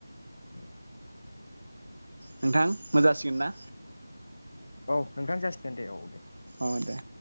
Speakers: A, on the left; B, on the right.
A: उम
B: नोंथां मोनजासिगोन ना
A: औ नोंथां जासिगोन दे औ दे
B: औ दे